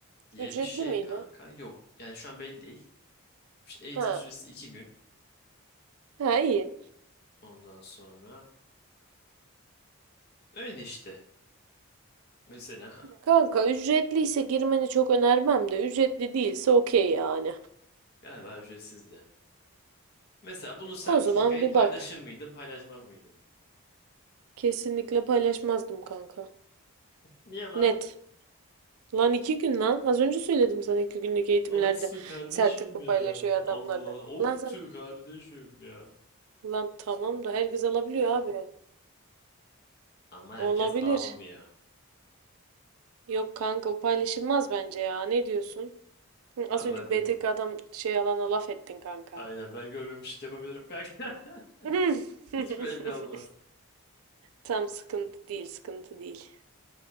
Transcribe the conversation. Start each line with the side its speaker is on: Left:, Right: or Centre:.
Left: diye
Right: Ücretli
Left: bir şey
Right: miydi?
Left: kanka. Yok. Yani şu an belli değil. İşte eğitim
Right: Ha.
Left: süresi iki gün.
Right: Ha iyi.
Left: Ondan sonra öyle işte. Mesela
Right: Kanka ücretliyse girmeni çok önermem de ücretli değilse okey yani.
Left: <laughs> galiba ücretsizdi. Mesela bunun sertifikayı
Right: O zaman bir
Left: paylaşır
Right: bak.
Left: mıydın, paylaşmaz mıydın?
Right: Kesinlikle paylaşmazdım kanka.
Left: Niye lan?
Right: Net. Lan iki gün lan. Az önce söyledim sana iki günlük eğitimlerde
Left: Olsun kardeşim
Right: sertifika
Left: ya.
Right: paylaşıyor adamlar
Left: Allah.
Right: da.
Left: Ottu
Right: Lan sen.
Left: kardeşim ya.
Right: Lan tamam da herkes alabiliyor abi.
Left: Ama
Right: Olabilir.
Left: herkes almıyor.
Right: Yok kanka o paylaşılmaz bence ya. Ne diyorsun? Hı,
Left: <laughs>
Right: Az
Left: Vallahi
Right: önce
Left: bilmiyorum.
Right: BTK adam şey alana laf ettin kanka.
Left: Aynen ben görmemişlik yapabilirim kanka.
Right: <laughs>
Left: <laughs> Hiç belli olmaz.
Right: Tam sıkıntı değil, sıkıntı değil.